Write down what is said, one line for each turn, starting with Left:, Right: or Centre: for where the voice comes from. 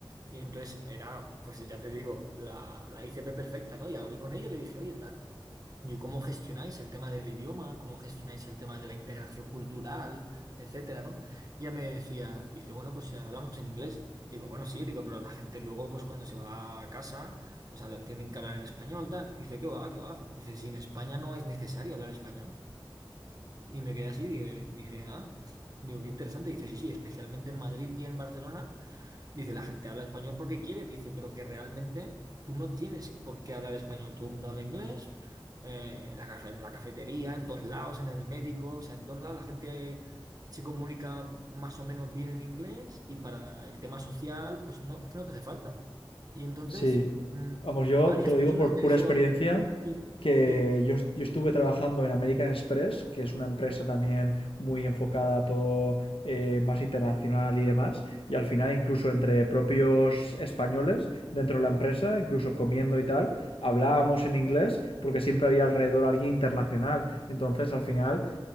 Right: Y entonces era, pues ya te digo, la, la ICP perfecta, ¿no? Y hablé con ella y le dije, oye, tal ¿Y cómo gestionáis el tema del idioma? ¿Cómo gestionáis el tema de la integración cultural, etcétera, ¿no? Y Ella me decía, dice, bueno, pues hablamos en inglés. Digo, bueno, sí, digo, pero la gente luego, pues cuando se va a casa, pues hablan- tienen que hablar en español, tal. Dice, ¿qué va, qué va? Dice, si en España no es necesario hablar español. Y me quedé así, dije, dije, ah, digo, qué interesante. Dice, sí, sí, especialmente en Madrid y en Barcelona Dice, la gente habla español porque quiere, dice, pero que realmente tú no tienes por qué hablar español. Todo el mundo habla inglés, eh, la cafe- en la cafetería, en todos lados, en el médico, o sea, en todos lados la gente se comunica más o menos bien en inglés y para el tema social, pues no, es que no te hace falta. Y entonces,
Left: Sí,
Right: mm,
Left: vamos, yo
Right: varias
Left: te lo
Right: personas
Left: digo por
Right: me
Left: pura
Right: dijeron,
Left: experiencia,
Right: sí,
Left: que
Right: sí,
Left: yo, yo estuve trabajando en American Express, que es una empresa también muy enfocada a todo eh, más internacional y demás, y al final incluso entre propios españoles dentro de la empresa, incluso comiendo y tal, hablábamos en inglés porque siempre había alrededor alguien internacional. Entonces al final